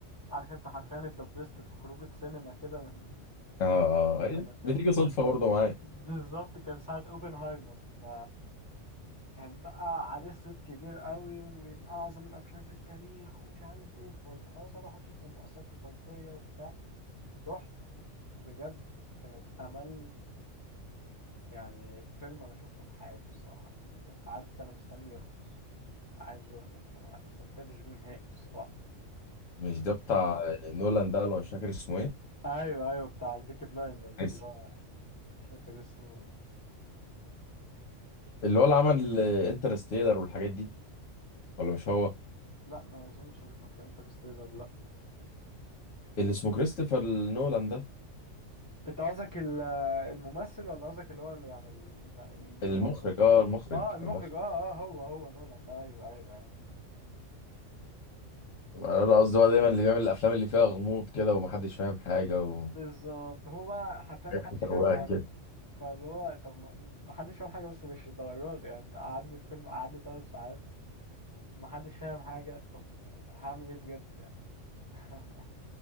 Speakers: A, on the left; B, on the left.
A: عارف انت حرفيا اتدبست في خروجه سينما كده من
B: اه آه،
A: بتاع
B: إيه،
A: <laughs> سنتين
B: بتيجي صدفة برضه معايا
A: بالظبط كان ساعه اوبنهايمر ف كان بقى عليه صيت كبير قوي ومن اعظم الافلام في التاريخ ومش عارف ايه فقلت خلاص اروح اشوف المؤثرات الصوتيه وبتاع رحت بجد كانت امل يعني فيلم انا شفته في حياتي الصراحه أنا كنت عارف ان انا مستني يخلص عايز بيخلص ما ما استمتعتش بيه نهائي الصراحة
B: مش ده بتاع نولان ده ولا مش فاكر اسمه ايه
A: ايوه ايوه بتاع البيكي بلايندرز
B: كريس-
A: الله مش فاكر اسمه مش فاكر.
B: اللي هو اللي عمل انترستيلر والحاجات دي ولا مش هو
A: لا ما اظنش انه كان في انترستيلر لا
B: اللي اسمه كريستوفر نولان ده
A: انت قصدك ال- الممثل ولا قصدك اللي هو يعني الم- اللي
B: المخرج
A: هو المخرج
B: اه المخرج
A: اه المخرج
B: المخرج
A: اه اه هو هو نولان ده ايوه ايوه ايوه
B: انا لا قصدي هو دايما اللي بيعمل الافلام اللي فيها غموض كده ومحدش فاهم حاجة و...
A: بالظبط هو بقى حرفيا
B: <laughs>
A: ما حدش فاهم
B: هو
A: حاجه
B: كده
A: فاللي هو طب ما ما حدش فاهم حاجه بس مش الدرجات دي. يعني انت قعدني في فيلم قعدني 3 ساعات ما حدش فاهم حاجه طب هعمل ايه بجد يعني <laughs>